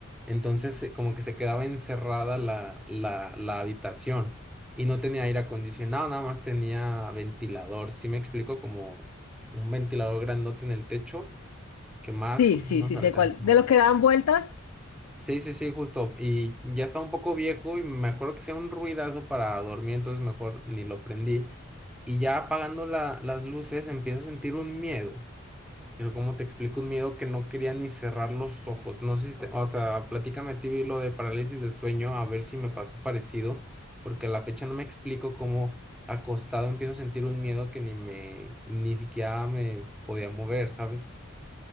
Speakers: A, in the centre; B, on the left.
A: Entonces, eh, como que se quedaba encerrada la, la, la habitación y no tenía aire acondicionado, nada más tenía ventilador. Sí me explico, como un ventilador grandote en el techo que más
B: Sí,
A: o menos
B: sí, sí,
A: alcanza.
B: sé cuál.
A: ¿no?
B: De los que dan vueltas,
A: Sí, sí, sí, justo. Y ya está un poco viejo y me acuerdo que hacía un ruidazo para dormir, entonces mejor ni lo prendí. Y ya apagando la- las luces empiezo a sentir un miedo. Pero como te explico, un miedo que no quería ni cerrar los ojos. No sé si te- o sea, platícame a ti lo de parálisis de sueño, a ver si me pasó parecido, porque a la fecha no me explico cómo acostado empiezo a sentir un miedo que ni me, ni siquiera me podía mover, ¿sabes?